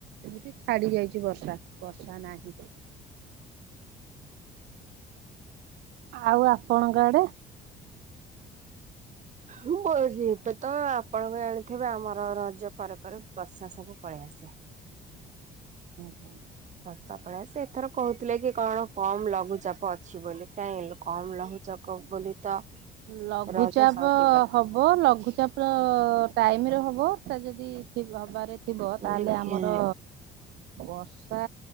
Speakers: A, on the right (about 80°); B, on the right (about 45°).
A: ଏମତି ଛାଡି ଯାଇଛି ବର୍ଷା ବର୍ଷା ନାହିଁ। ଆଉ ଆପଣଙ୍କ ଆଡେ
B: <unintelligible> ଏବେ ତ ଆପଣଙ୍କ ଜାଣିଥିବେ ଆମର ରଜ ପରେ ପରେ ବର୍ଷା ସବୁ ପଳେଇ ଆସେ।
A: ଆଞା।
B: ବର୍ଷା ପଳସେ ଏଥର କହୁଥିଲେ କି କଣ। କମ ଲଘୁଚାପ ଅଛି ବୋଲି କାଇହିଁ କମ ଲଘୁଚାପ ବୋଲି। ତ
A: ଲଘୁଚାପ
B: ରଜ ସରିବା।
A: ହବ ଲଘୁଚାପ ଟାଇମରେ ହବ। ଯଦି ହବାରେ। ଥିବ ତାହେଲେ
B: ଆଜ୍ଞା
A: ଆମର
B: ଆଜ୍ଞା
A: ବର୍ଷା।